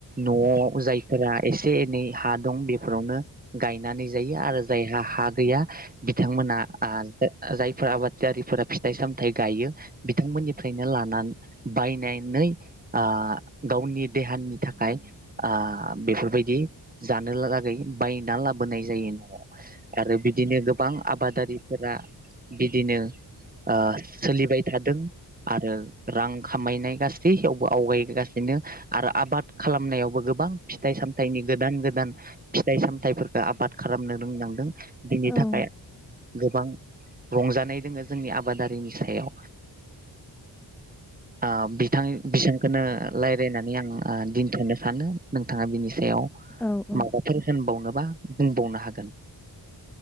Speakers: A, on the right (about 20°); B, in the centre.
A: न'आव जायफोरा एसे एनै हा दं बेफोरावनो गायनानै जायो आरो जायहा हा गैया बिथांमोना आ जा जायफोर आबादजारिफोरा फिथाइ सामथाय गायो बिथांमोननिफ्रायनो लानान बायनानै आ गावनि देहानि थाखाय आ बेफोरबायदि जानो लागै बायना लाबोनाय जायो न'आव आरो बिदिनो गोबां आबादारिफोरा बिदिनो ओ सोलिबाय थादों आरो । रां खामायनाय गासैयावबो आवगायगासिनो आरो आबाद खालामनायावबो गोबां फिथाइ सामथाइनि गोदान गोदान फिथाइ सामथाइफोरखो आबाद खालामनो रोंलांदों बिनि
B: औ
A: थाखाय गोबां रंजानाय दोङो जोंनि आबादारिनि सायाव आ बिथां बिसांखोनो लायरायनानै आं आ दिनथ'नो सानो नोंथाङा बिनि सायाव
B: औ औ
A: माबाफोर होनबावनो बा बुंबावनो हागोन ।